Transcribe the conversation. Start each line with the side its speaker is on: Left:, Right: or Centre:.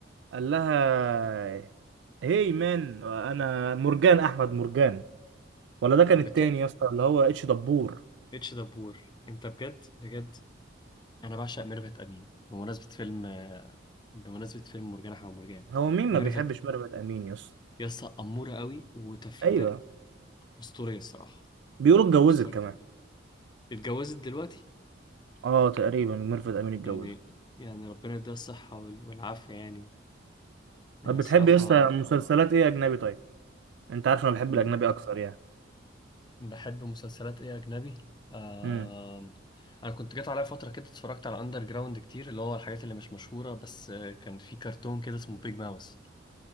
Right: قال لها هي مان انا مرجان احمد مرجان ولا ده كان
Left: بت...
Right: التاني يا اسطى اللي هو اتش دبور
Left: اتش دبور انت بجد بجد انا بعشق ميرفت امين بمناسبة فيلم بمناسبة فيلم مرجان احمد مرجان
Right: هو مين
Left: ميرفت
Right: ما بيحبش ميرفت امين يا اسطى
Left: يسطا أمورة قوي وتف...
Right: ايوه
Left: أسطورية الصراحة
Right: بيقولوا اتجوزت
Left: أسطورية
Right: كمان
Left: اتجوزت دلوقتي
Right: اه تقريبا ميرفت امين اتجوزت
Left: يعني يعني ربنا يديها الصحة وال- والعافية يعني يعني
Right: طب
Left: الصراحة
Right: بتحب يا اسطى مسلسلات ايه اجنبي طيب انت عارف انا بحب
Left: م-
Right: الاجنبي اكتر يعني
Left: بحب مسلسلات إيه أجنبي آم،
Right: امم
Left: أنا كنت جات عليا فترة كده اتفرجت على أندر جراوند كتير اللي هو الحاجات اللي مش مشهورة بس آه، كان في كرتون كده اسمه بيج ماوس